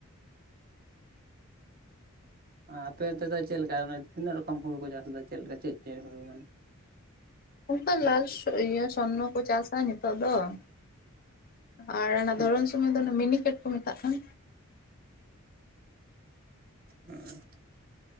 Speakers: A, on the right; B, on the left.
A: ᱟᱯᱮ ᱚᱱᱛᱮ ᱫᱚ ᱪᱮᱫ ᱞᱮᱠᱟ ᱚᱱᱮ ᱛᱤᱱᱟᱹᱜ ᱨᱚᱠᱚᱢ ᱦᱳᱲᱳ ᱠᱚ ᱪᱟᱥ ᱮᱫᱟ ᱪᱮᱫ ᱞᱮᱠᱟ ᱪᱮᱫ-ᱪᱮᱫ ᱦᱳᱲᱳ?
B: ᱚᱱᱠᱟ ᱞᱟᱞ ᱤᱭᱟᱹ ᱥᱚᱨᱱᱚ ᱠᱚ ᱪᱟᱥᱟ ᱱᱤᱛᱚᱜ ᱫᱚ ᱾ ᱟᱨ ᱚᱱᱟ
A: ᱦᱮᱸ
B: ᱫᱷᱚᱨᱚᱱ ᱥᱚᱢᱚᱭ ᱫᱚ ᱚᱱᱟ ᱢᱤᱱᱤᱠᱮᱴ ᱠᱚ ᱢᱮᱛᱟᱜ ᱠᱟᱱᱟ ᱾
A: ᱦᱩᱸ